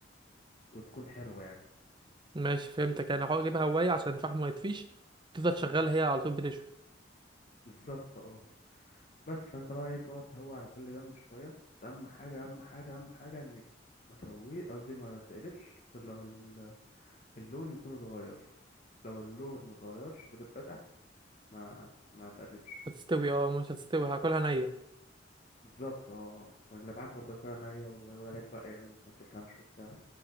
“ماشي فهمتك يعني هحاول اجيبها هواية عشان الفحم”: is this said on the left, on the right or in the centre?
Right